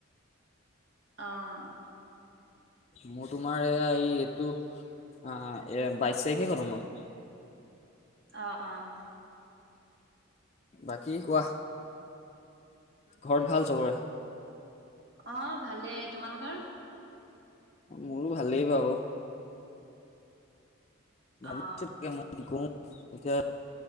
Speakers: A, on the right; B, on the left.
A: অহ
B: মোৰ তোমাৰ এইয়া এই এইটো এ বাইশ তাৰিখে খতম হল
A: অহ অহ
B: বাকী কোৱা। ঘৰত ভাল চবৰে
A: অ ভালেই তোমালোকৰ
B: মোৰো ভালেই বাৰু ভি
A: অ
B: <unintelligible> এতিয়া,